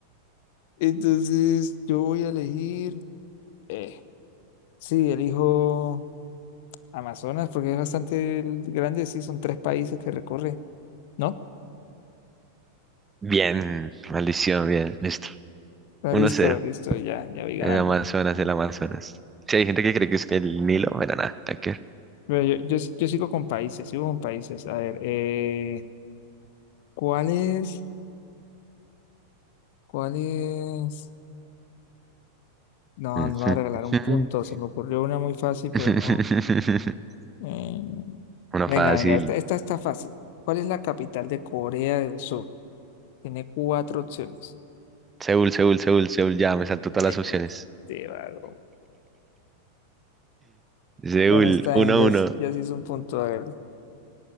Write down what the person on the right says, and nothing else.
Bien, maldición, bien, listo.
Uno
cero,
El
Amazonas, el Amazonas. Sí, hay gente que cree que es que el Nilo, pero nada, nada que ver.
Ujú,
ujú.
<laughs>
Una
fácil.
Seúl, Seúl, Seúl, Seúl, ya me salto
todas las opciones.
Seúl,
1
uno.